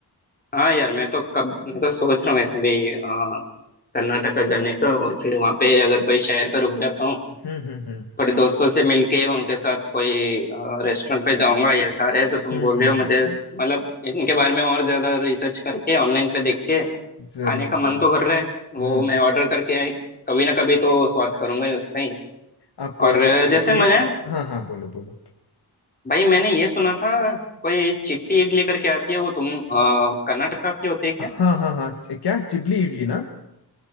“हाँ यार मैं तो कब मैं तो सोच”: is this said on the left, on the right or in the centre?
Left